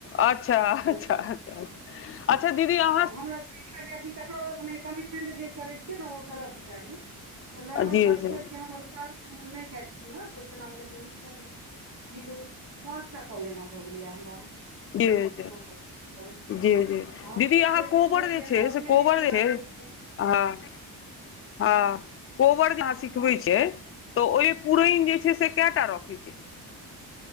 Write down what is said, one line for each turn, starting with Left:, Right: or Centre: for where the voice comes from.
Left: अच्छा -अच्छा।
Right: कोचिंग।
Left: अच्छा दीदी। आ
Right: हमरा सबके ई लागये कि, ककरो मने कमिटमेंट जे करै छिय न ओ कर के चाही। तऽ नॉर्मल
Left: जी
Right: काॅल
Left: जी
Right: छोड़ि कऽ, हमर उठाक नहि काटथिन न, त तेना में लेकिन मिस भऽ गेलै। जीरो पाँच टा काॅल ऐना भऽ गेलै हमरा।
Left: <unintelligible>
Right: पाँच टा कॉल।
Left: जी -जी,
Right: हम
Left: दीदी
Right: ओहिना
Left: अहाँ
Right: लेटेस्ट
Left: कोबर
Right: रोपलियै
Left: जे छै,
Right: हमरा अपने
Left: से कोबर
Right: नहि पूरा
Left: रहय
Right: भेल छै
Left: आ-आ, कोबर जे अहां सिखबे
Right: कहू
Left: छिय। तऽ ओहि पुरैन जे छै से के टा रखय छीय।